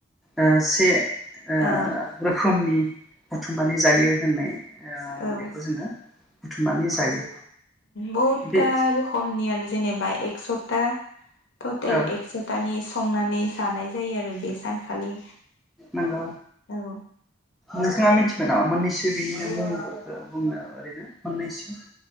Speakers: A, in the centre; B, on the left (about 65°).
A: ओ से ओ
B: औ
A: रोखोमनि बुथुमनानै जायो होननाय ओ
B: औ
A: बेखौ जोङो बुथुमनानै जायो
B: बहुतथा
A: बे
B: रोखमनि आरो जेनेबा एकस' था टटेल
A: औ
B: एकस'तानि सिं संनानै जानाय जायो आरो बे सानखालि
A: नंगौ
B: औ
A: नोंथाङा मिथिगौ नामा मोननैसो बिनिनो मुंफोरखौ बुंनो ओरैनो मोननैसो